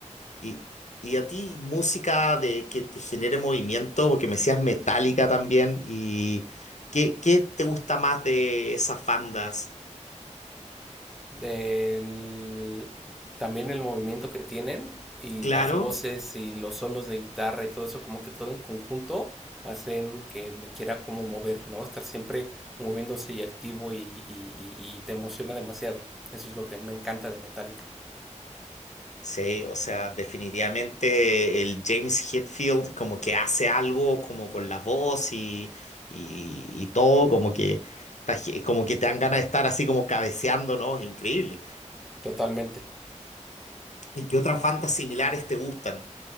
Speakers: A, on the left; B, in the centre.
A: Y, y a ti, música de que te genere movimiento, porque me decías metálica también, y ¿qué, qué te gusta más de esas bandas?
B: del- también el movimiento que tienen y
A: Claro,
B: las voces y los solos de guitarra y todo eso, como que todo en conjunto hacen que me quiera como mover, ¿no? Estar siempre moviéndose y activo y, y- y- y te emociona demasiado. Eso es lo que a mí me encanta de Metallica.
A: sí, o sea, definitivamente el James Hetfield como que hace algo como con la voz y, y, y todo, como que, está ge- como que te dan ganas de estar así como cabeceando, ¿no? Es increíble.
B: Totalmente.
A: ¿Y qué otras bandas similares te gustan?